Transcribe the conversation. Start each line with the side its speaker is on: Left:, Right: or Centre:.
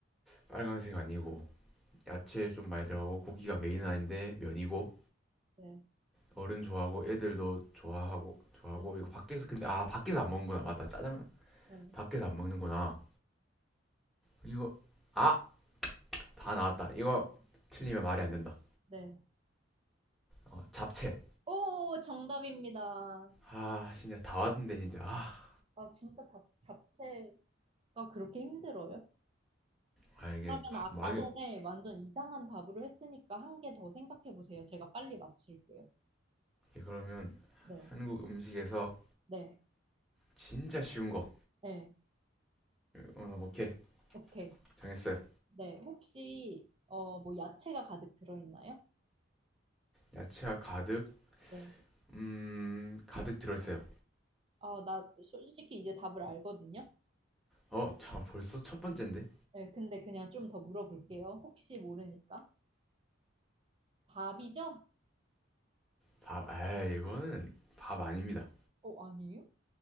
Centre: 빨간색 아니고 야채 좀 많이 들어가고 고기가 메인은 아닌데 면이고
Right: 네.
Centre: 어른 좋아하고 애들도 좋아하고 좋아하고
Right: 네.
Centre: 이거 밖에서 근데 아 밖에서 안 먹는구나 맞다 짜장
Right: 네.
Centre: 밖에서 안 먹는구나 이거 아 다 나왔다 이거 틀리면 말이 안 된다
Right: 네.
Centre: 어 잡채
Right: 오, 정답입니다.
Centre: 아 진짜 다 왔는데 진짜 아
Right: 아, 진짜 잡, 잡채가 그렇게 힘들어요?
Centre: 아 이게
Right: 그러면
Centre: 가-
Right: 아까
Centre: 막 이게
Right: 전에 완전 이상한 답으로 했으니까 한 개 더 생각해 보세요. 제가 빨리 맞힐게요.
Centre: 그러면
Right: 네.
Centre: 한국 음식에서
Right: 네.
Centre: 진짜 쉬운 거
Right: 네.
Centre: 오늘 오케이
Right: 오케이.
Centre: 정했어요
Right: 네. 혹시, 어, 뭐, 야채가 가득 들어있나요?
Centre: 야채가 가득
Right: 네.
Centre: 음 가득 들어있어요
Right: 아, 나 솔직히 이제 답을 알거든요.
Centre: 어자 벌써 첫 번째인데
Right: 네. 근데 그냥 좀 더 물어볼게요. 혹시 모르니까. 밥이죠?
Centre: 밥 아 이거는 밥 아닙니다
Right: 어, 아니에요?